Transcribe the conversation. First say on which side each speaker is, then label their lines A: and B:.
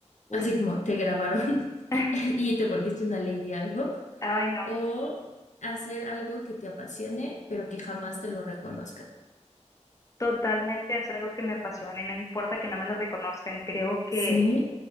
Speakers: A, on the left; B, on the left.
A: Uy.
B: Así como te grabaron <laughs>
A: <laughs>
B: y te volviste una ley de algo.
A: Ay, no.
B: ¿O hacer algo que te apasione, pero que jamás te lo reconozcan?
A: Totalmente hacer algo que me apasione, no importa que no me lo reconozcan, creo que
B: Sí.